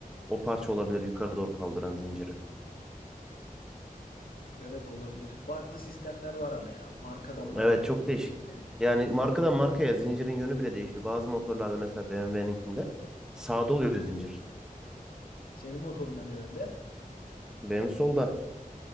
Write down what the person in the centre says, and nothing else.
O parça olabilir yukarı doğru kaldıran zinciri.
Evet çok
değişik.
Yani markadan markaya zincirin yönü bile değişiyor. Bazı motorlarda mesela BMW'ninkinde sağda oluyor zincir.
Benim solda.